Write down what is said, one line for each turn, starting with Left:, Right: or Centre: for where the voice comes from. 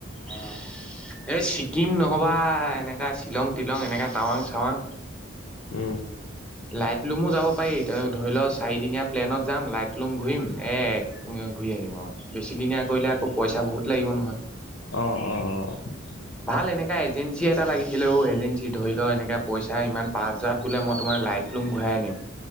Centre: আহ। এই ছিকিম নহ'বা এনেকা শ্বিলং তিলং এনেকা টাৱাং-চাৱাং।
Left: উম,
Centre: লাইট লুমো যাব পাৰি, ত ধৰি লোৱা চাৰিদিনীয়া প্লেনত যাম লাইট লোং ঘূৰিম, এ ঘূৰি আহিম আৰু বেছিদিনীয়া কৰিলে আকৌ পইচা বহুত লাগিব নহয়।
Left: অ- অ- অ।
Centre: ভাল এনেকা এজেঞ্চি এটা লাগিছিলে অ এজেঞ্চি ধৰি লোৱা এনেকা পইচা ইমান পাঁচ হাজাৰত বোলে মই তোমাৰ লাইফ লুং ঘূৰাই আনিম,